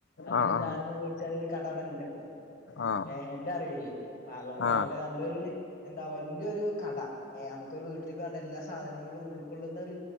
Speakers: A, on the left; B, on the left.
A: അങ്ങനെ
B: ആഹ്
A: സാധനങ്ങള് മേടിച്ചാലൊരു തള്ളലില്ലിപ്പോ
B: ആഹ്
A: ഏഹ് എന്റെ അറിവില് അതുകൊണ്ടിപ്പ
B: ആഹ് ആഹ്
A: അവിടെ നല്ലൊരു എന്താ വലിയൊരു കട നമുക്കൊരു വീട്ടിലേക്ക് വേണ്ട എല്ലാ സാധനങ്ങളും ഉൾക്കൊള്ളുന്ന ഒരു